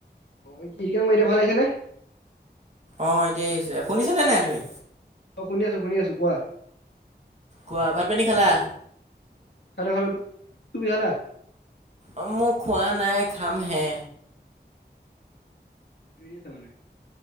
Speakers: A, on the left; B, on the right.
A: অ ফিলদৰ এতিয়া ভাল আহিছে নে?
B: অ এতিয়া আহিছে শুনিছনে নাই তুমি?
A: অ শুনি আছো শুনি আছো। কোৱা?
B: কোৱা ভাত পানী খালা?
A: খালা খালো। তুমি খালা?
B: অ মোক খোৱা নাই খাম হে।
A: ৰি ছাবেলিং